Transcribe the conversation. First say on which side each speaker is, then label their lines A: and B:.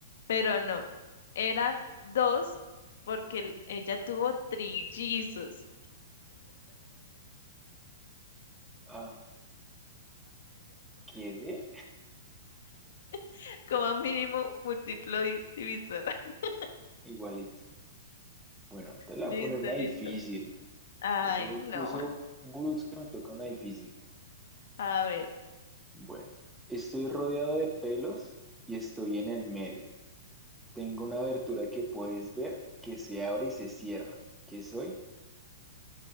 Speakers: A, on the left; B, in the centre.
A: Pero no, eran dos porque el- ella tuvo trillizos,
B: Ah, quedé
A: <laughs> como mínimo múltiplo di- divisor. <laughs>
B: igualito. Bueno, te la
A: Listo,
B: voy a poner una
A: listo.
B: difícil.
A: Ay,
B: Se me
A: no.
B: puso brusca, me toca una difícil.
A: A ver,
B: Bueno, estoy rodeado de pelos y estoy en el medio. Tengo una abertura que puedes ver que se abre y se cierra. ¿Qué soy?